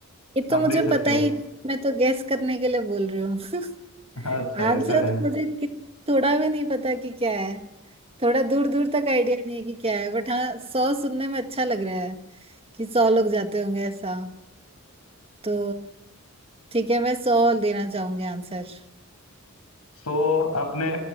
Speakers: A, on the right; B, on the left.
A: ये तो
B: आप
A: मुझे
B: दे सकते
A: पता ही
B: हो
A: नहीं, मैं तो गैस करने के लिए बोल रही हूँ <laughs>
B: <laughs> अच्छा
A: आंसर
B: ऐसा है
A: तो मुझे कि- थोड़ा भी नहीं पता कि क्या है थोड़ा दूर दूर तक आइडिया नहीं है कि क्या है बट हाँ सौ सुनने में अच्छा लग रहा है कि सौ लोग जाते होंगे ऐसा तो ठीक है मैं सौ देना चाहूंगी आंसर
B: सो आपने